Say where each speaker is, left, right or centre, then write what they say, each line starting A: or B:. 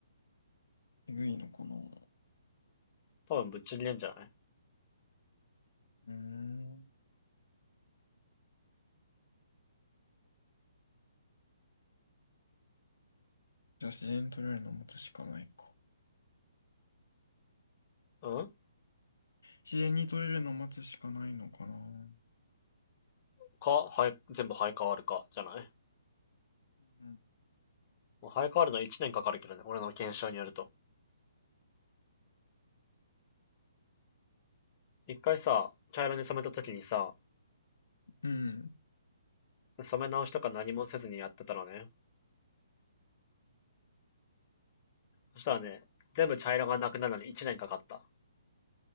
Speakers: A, on the left; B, on the left.
A: えぐいのかな。う
B: 多分ぶっちぎれんじゃない
A: ーん。じゃあ、自然に取れるのを待つしかないか。
B: うん
A: 自然に取れるのを待つしかないのかな。
B: か、はい、全部生え変わるか、じゃない
A: うん
B: もう生え変わるの1年かかるけどね、俺の検証によると。一回さ、茶色に染めたときにさ、
A: うん。
B: 染め直しとか何もせずにやってたらね、そしたらね、全部茶色がなくなるのに一年かかった。